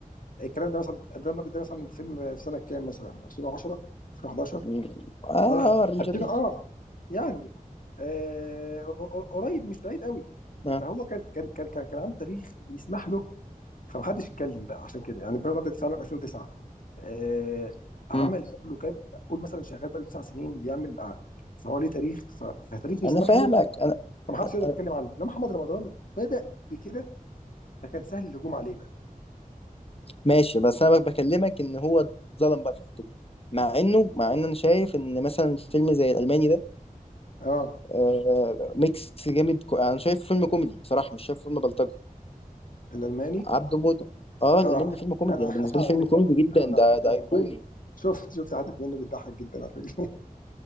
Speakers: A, on the left (about 65°); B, on the left (about 40°).
A: الكلام ده مثلا ابراهيم الابيض ده مثلا فيلم في سنه كام مثلا 2010 2011
B: م- اه
A: لا
B: الرنجه
A: 2000
B: دي
A: اه يعني آه، قريب مش بعيد قوي
B: آه.
A: فهو كان كان كان كان كان عنده تاريخ يسمح له فمحدش اتكلم بقى عشان كده يعني ابراهيم الابيض فعلا 2009 آه، عمل
B: م.
A: قبله كام قول مثلا شغال بقاله تسع سنين بيعمل ع- فهو ليه تاريخ ف- فتاريخه يسمح
B: انا فاهمك
A: له
B: انا
A: فمحدش
B: أنا-
A: يقدر يتكلم عنه انما محمد رمضان بدأ بكده فكان سهل الهجوم عليه بقى
B: ماشي بس انا بكلمك ان هو اتظلم بقى في الحته دي مع انه مع ان انا شايف ان مثلا فيلم زي الالماني ده
A: اه
B: آه ميكس جامد كو... انا شايف فيلم كوميدي بصراحه مش شايف فيلم بلطجي
A: الالماني
B: عبده موته اه الالماني
A: اه
B: فيلم كوميدي
A: انا
B: انا
A: <laughs>
B: بالنسبه
A: انا
B: لي
A: على
B: فيلم
A: فكره
B: كوميدي جدا
A: انا
B: ده
A: على فكره
B: ده
A: والله
B: ايقوني
A: شفت شفت حتت منه بتضحك جدا على فكره